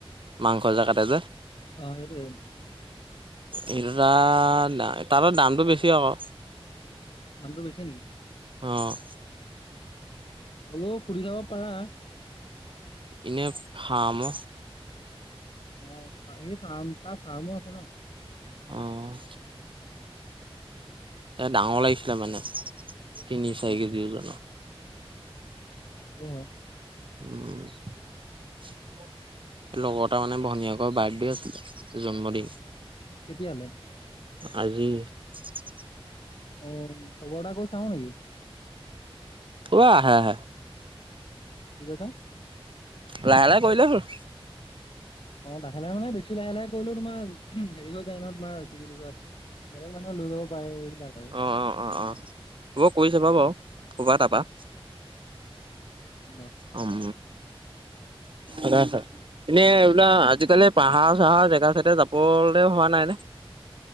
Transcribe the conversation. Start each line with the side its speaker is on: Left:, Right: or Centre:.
Right: মাংস যে কাটে যে?
Left: অ', সেইটোৱে।
Right: <unintelligible> তাৰ তাত দামটো বেছি আকৌ।
Left: দামটো বেছি নেকি?
Right: অ'।
Left: হলেও শুধি চাব পাৰা।
Right: এনে ফাৰ্ম?
Left: অ', এই ফাৰ্ম তাৰ ফাৰ্মো আছে ন'।
Right: অ', এয়া ডাঙৰ লাগিছিলে মানে। তিনি চাৰি
Left: অ
Right: কেজি ওজনৰ।
Left: সেইটোও হয়।
Right: উম,। লগৰ এতাৰ মানে ভনীয়েকৰ বাৰ্থডে আছিলে, জন্মদিন।
Left: কেতিয়ালে?
Right: আজি। <unintelligible>
Left: অ', খবৰ এটা কৰি চাওঁ নেকি?
Right: কৰা আহা আহা।
Left: কি কৈছা?
Right: লাহে লাহে কৰিলে হ'ল।
Left: অ', লাহে লাহে মানে বেছি লাহে লাহে কৰিলেও তোমাৰ হেৰি হৈ যায় নহয় তোমাৰ বুলি কয় বেলেগ মানুহে লৈ ল'ব পাৰে, এইবিলাক আৰু।
Right: অ', অ', অ', অ', হ'ব কৰি চাবা বাৰু বাৰু ক'ৰবা তাৰপৰা।
Left: অ'। লগ
Right: উম, ভালে আছা? এনেই এইবিলা আজিকালি পাহাৰ চাহাৰ জেগা চাইডে যাবলে হোৱা নাই নে?